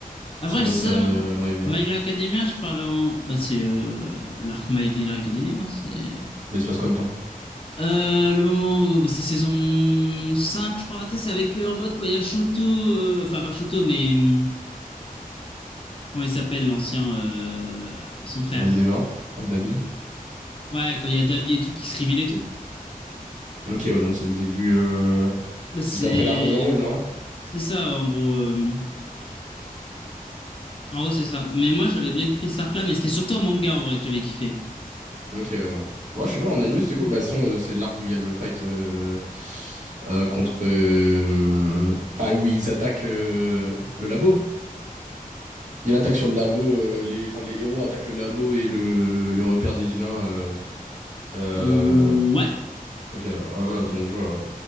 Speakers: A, on the left (about 40°); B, on the right (about 55°).
A: Après,
B: C'est quoi
A: ça,
B: ça,
A: m-
B: My Villa?
A: My Villain Academia, je parle en. Bah, c'est euh, l'arc My Villain Academia. hein, C'est.
B: Mais il se passe quoi dedans?
A: Euh, le moment où bah, c'est saison cinq je crois. Tu sais, c'est avec euh, en mode quand il y a Shoto, euh, enfin pas Shoto, mais hum, comment il s'appelle l'ancien, euh, son frère.
B: Endeavor, Dabi
A: Ouais, quand il y a Dabi et tout qui se révèle et tout.
B: Ok, ouais, donc c'est le début, euh,
A: Bah,
B: c'est
A: c'est
B: juste après l'arc overall, non?
A: c'est ça en gros. euh, en gros, c'est ça. Mais moi, j'avais bien kiffé cet arc-là, mais c'était surtout en manga en vrai que j'avais kiffé.
B: Donc, euh, ouais, je sais pas, en anime, c'était cool. Bah, de toute façon, euh, c'est l'arc où il y a le fight euh, euh, contre. euh, Pas où ils attaquent euh, le labo. Il y a l'attaque sur le labo. euh, les, enfin, les héros attaquent le labo et le, le repère des vilains. euh, euh,
A: Ou ouais,
B: donc, euh, ouais, voilà, donc je vois, ouais.